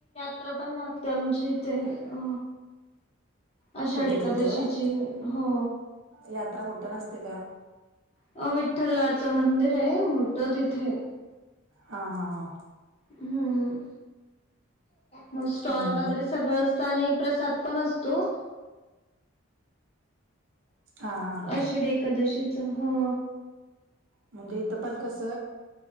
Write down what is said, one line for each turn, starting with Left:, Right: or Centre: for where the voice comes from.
Left: कुत्र पण लागते आमच्या इथे अ. आषाढ
Right: कुठं
Left: एकादशीची
Right: तिथं होय?
Left: हो.
Right: यात्रा मोठ्याने असते का?
Left: अ विठ्ठलाच मंदिर आहे मोठं तिथे.
Right: हा हा हा!
Left: हम्म, म स्टॉल
Right: हं,
Left: वगैरे
Right: मग
Left: सगळंच असतं आणि प्रसाद पण असतो.
Right: हां हां हां.
Left: आषाढी एकादशीचा, हा.
Right: म्हणजे इथं पण कस?